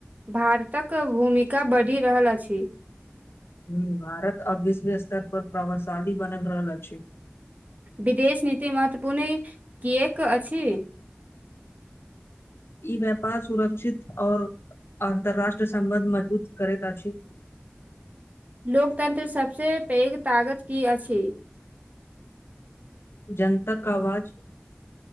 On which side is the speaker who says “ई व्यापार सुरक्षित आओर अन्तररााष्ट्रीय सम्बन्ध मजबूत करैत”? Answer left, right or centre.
Left